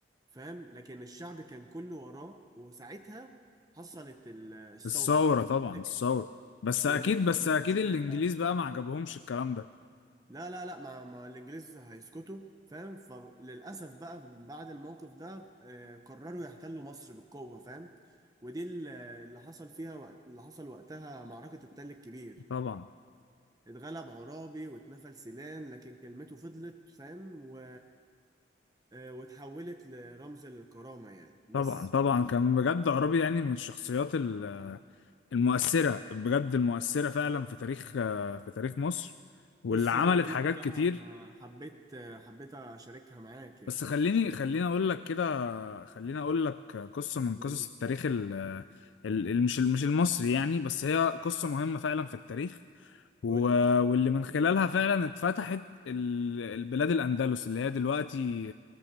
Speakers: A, on the right; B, on the left.
A: فاهم لكن الشعب كان كله وراه وساعتها حصلت ال- الثورة
B: الثورة
A: لو
B: طبعا
A: تفتكر.
B: الثورة بس
A: والناس
B: أكيد
A: خرجت
B: بس أكيد
A: في الشارع
B: الإنجليز بقى ما عجبهمش الكلام ده
A: لا لا لا ما, ما الانجليز هيسكتوا فاهم فللأسف بقى بعد الموقف ده آه، قرروا يحتلوا مصر بالقوة فاهم ودي ال- اللي حصل فيها وقت اللي حصل وقتها معركة التل الكبير
B: طبعا
A: اتغلب عرابي واتنفل سيلان لكن كلمته فضلت فاهم و... آه، واتحولت لرمز للكرامة يعني بس
B: طبعا طبعا كان بجد عرابي يعني من الشخصيات ال- المؤثرة بجد المؤثرة فعلا في تاريخ في تاريخ مصر واللي
A: قصة
B: عملت
A: زي دي
B: حاجات
A: بصراحة
B: كتير
A: حبيت حبيت أشاركها معاك يعني
B: بس خليني خليني أقول لك كده خليني أقول لك قصة من
A: قول
B: قصص التاريخ ال ال- ال- مش مش المصري يعني بس هي قصة مهمة فعلا في التاريخ و...
A: قول لي
B: واللي من خلالها فعلا اتفتحت ال- البلاد الأندلس اللي هي دلوقتي